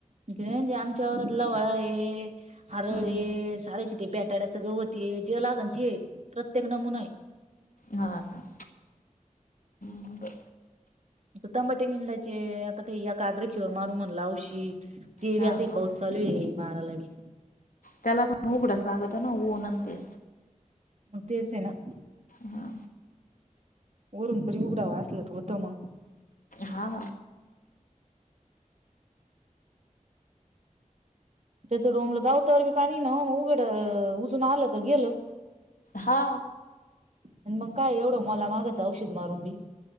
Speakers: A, on the right; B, on the left.
A: जे म्हणजे आमच्यावरात लवळा आहे. हरळे,
B: हां
A: सारायच ते बेटाड्याचं गवते जे लागन त प्रत्येक नमुना आहे.
B: हा का. मग..
A: आता टमाटे निंदायचे आता काही या कादरेखीवर मारू म्हणलं औषीध. ते बी
B: हां
A: आता
B: हां
A: पाऊस चालू आहे माराला बी.
B: त्याला पण उघडच लागत ना उन्ह अन ते.
A: म तेच हे ना.
B: हा..
A: वरून तरी उघडावा असल तर होतं मग.
B: हा..
A: त्याच डोमलं गावतावर बी पाणी न म उघडं उजून आलं का गेल.
B: हा.
A: आण मग काय एवढं मोला मागाच औषध मारून बी.